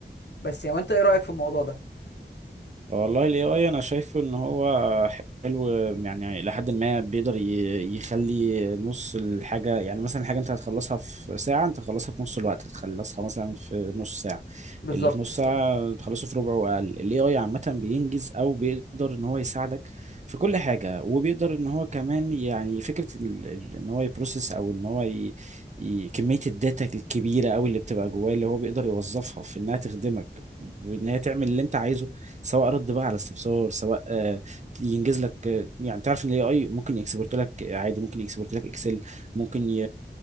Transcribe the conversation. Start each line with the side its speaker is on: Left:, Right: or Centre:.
Left: بس يعني وانت ايه رأيك في الموضوع ده
Right: والله ال AI أنا شايفه إن هو حلو يعني لحد ما بيقدر ي- يخلي نص الحاجة يعني مثلا الحاجة أنت هتخلصها في ساعة أنت هتخلصها في نص الوقت هتخلصها مثلا في نص ساعة
Left: بالظبط
Right: اللي في نص بالظبط ساعة تخلصه في ربع وأقل ال AI عامة بينجز أو بيقدر إن هو يساعدك في كل حاجة وبيقدر إن هو كمان يعني فكرة ال- ال- إن هو يبروسس أو إن هو ي... ي- كمية الداتا الكبيرة أوي اللي بتبقى جواه اللي هو بيقدر يوظفها في إنها تخدمك إن هي تعمل اللي أنت عايزه سواء رد بقى على استفسار سواء آه، ينجز لك آه، يعني تعرف ان الاي اي ممكن يكسبورت لك عادي ممكن يكسبورت لك اكسل ممكن ي-